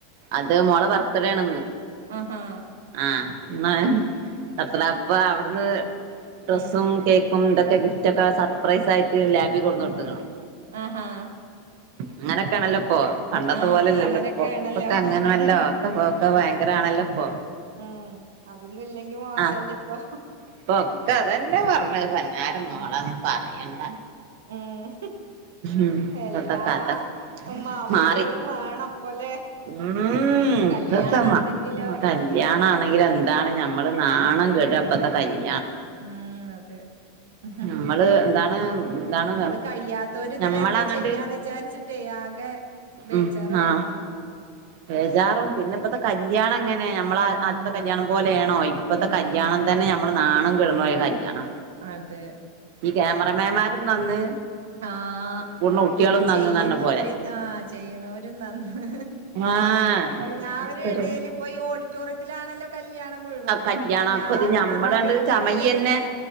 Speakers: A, on the right; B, on the right.
A: അത് മോളെ ബെർത്ത്ഡേ ആണിന്ന്
B: ആഹാ
A: ആഹ് ഇന്ന അപ്പൊ അവിടുന്ന് ഡ്രസ്സും
B: ഉം
A: കേക്കും ഇതൊക്കെ ഗിഫ്റ്റ് ഒക്കെ സർ പ്രൈസ് ആയിട്ട് ലാബി കൊടുന്ന്
B: മൂപ്പണ്ട്
A: കൊടുത്ക്ക്‌ണ്
B: ആഹാ
A: അങ്ങനൊക്കെയാണല്ലോ
B: ഉം
A: ഇപ്പൊ പണ്ടത്തെ
B: ആഹ്
A: പോലെല്ലല്ലോ
B: അപ്പൊ അങ്ങനെയൊക്കെയാണല്ലോ
A: ഇപ്പൊക്കെ അങ്ങനെ എല്ലാം ഓക്കെ പോക്കെ
B: ഉം
A: ഭയങ്കര ആണല്ലോ ഇപ്പൊ
B: ഉം അതൊന്നും ഇല്ലെങ്കി മോശല്ലേ
A: ആ
B: ഇപ്പൊ
A: ഇപ്പൊക്ക അതന്നെ പറഞ്ഞത് പഞ്ഞാരം മോളെ
B: ഉം
A: അതൊന്നും പറയണ്ട
B: ഉം ഉം
A: ഉം ഇപ്പത്തെ
B: എല്ലാ
A: കഥക്കെ
B: മാമൂലുകളും
A: മാറി
B: വേണം പോലെ
A: ഉം
B: കല്യാണാണെങ്കിലോ
A: ഇപ്പത്തെ മ കല്യാണണെങ്കിലും എന്താണ് നമ്മള് നാണം
B: ഉം
A: കെടും ഇപ്പത്തെ കല്യാണ
B: ഉം അതെ ഹ് ഹ്
A: നമ്മള്
B: ഹ്
A: എന്താണ് എന്താണ്
B: നമ്മള് കഴിയാത്തോര് ഇതിൽ
A: ഞമ്മളങ്ങണ്ട്
B: എന്താ ചെയ്യാന്ന് വിചാരിച്ചിട്ടേ ആകെ ബേജാറാവുവാണ്
A: ഉം ആഹ് ബേജാറും പിന്നെ ഇപ്പത്തെ കല്യാണം എങ്ങനെയാ നമ്മള
B: ഉം
A: ആദ്യത്തെ കല്യാണം
B: നാണക്കേട്
A: പോലെയാണോ ഇപ്പത്തെ
B: ഉം
A: കല്യാണം തന്നെ നമ്മൾ നാണംം കെടുന്ന പോയ കല്യണം
B: അതെ
A: ഈ ക്യാമറമാൻമാരും നന്ന്
B: ആഹ
A: കൂടുന്ന കുട്ടികളും
B: ഇത്
A: നന്ന്
B: ചെയ്യുന്നവര്
A: പറഞ്ഞ പോലെ
B: ആഹ ചെയ്യുണോരും നന്ന്
A: ആഹ്
B: എല്ലാവരുും
A: ഒക്കൊരു
B: ഇടയിൽ ഇപ്പൊ ഈ ഓഡിറ്റോറിയത്തിലാണല്ലോ കല്ല്യാണം മുഴുവം
A: കല്യാണം
B: എല്ലാരും
A: അപ്പ ഇത് ഞമ്മളണ്ട്
B: മുന്നിൽ ഇങ്ങനെ
A: ചമയന്നെ
B: ഇരിക്ക